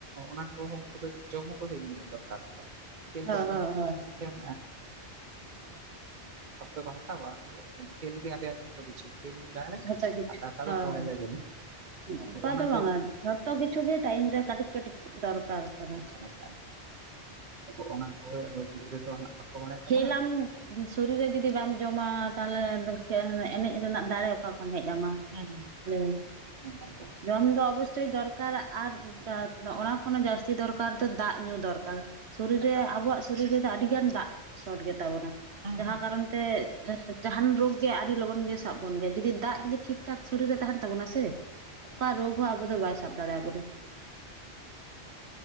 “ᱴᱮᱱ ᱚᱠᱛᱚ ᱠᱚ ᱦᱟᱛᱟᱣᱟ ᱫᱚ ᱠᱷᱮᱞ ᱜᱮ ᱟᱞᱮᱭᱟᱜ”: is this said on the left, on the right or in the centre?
Right